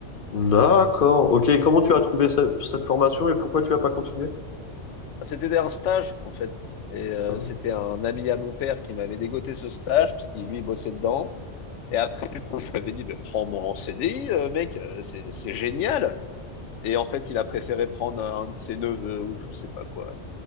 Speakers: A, on the left; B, on the left.
A: D'accord. Ok, comment tu as trouvé ce- cette formation et pourquoi tu n'as pas continué?
B: C'était un stage, en fait. Et euh,
A: Ah,
B: c'était un ami à mon père qui m'avait dégoté ce stage, parce qu'il, lui, bossait dedans. Et après, du coup, je lui avais dit, mais prends-moi en CDI, euh, mec, euh, c'est c'est génial. Et en fait, il a préféré prendre un de ses neveux ou je sais pas quoi.